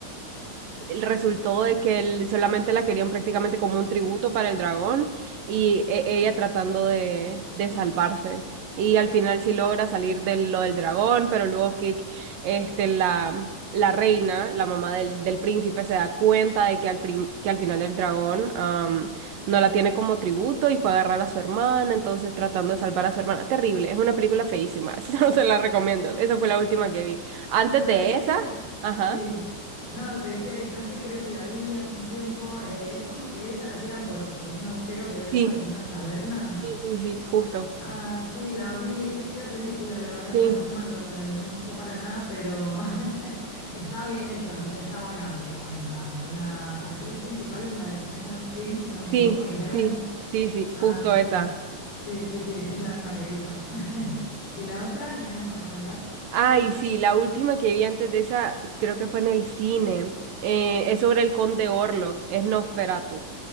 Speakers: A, on the right; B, on the left.
A: resultó de que él solamente la querían prácticamente como un tributo para el dragón y e- ella tratando de, de salvarse. Y al final sí logra salir de lo del dragón, pero luego que este, la, la reina, la mamá del, del príncipe, se da cuenta de que al, fin- que al final el dragón am, no la tiene como tributo y fue a agarrar a su hermana, entonces tratando de salvar a su hermana. Terrible, es una película feísima, <laughs> no se la recomiendo. Esa fue la última que vi. Antes
B: ¿Sabes
A: de esa,
B: qué?
A: ajá.
B: Sí. No, te decía que sabes que creo que la vi hace un tiempo. eh, es como que ella la tiran por, por un agujero que entra
A: Sí.
B: como una caverna.
A: Sí, sí, sí, justo.
B: Ah, sí, la vi, qué fea película, la verdad
A: Sí,
B: que la pasé mal cuando la vi, no me gustó para nada, pero <laughs> está bien hecha, no sé, está buena, pero bueno, nada. Con la actriz principal es la de Stranger Things, si no me
A: sí,
B: equivoco, Eleven.
A: sí, sí, sí,
B: Ah,
A: justo
B: sí,
A: esa.
B: sí, sí, sí, es la misma que vi yo. <laughs> ¿Y la otra que me ibas a comentar?
A: Ay, sí, la última que vi antes de esa, creo que fue en el cine. Eh, es sobre el conde Orlok, es Nosferatu.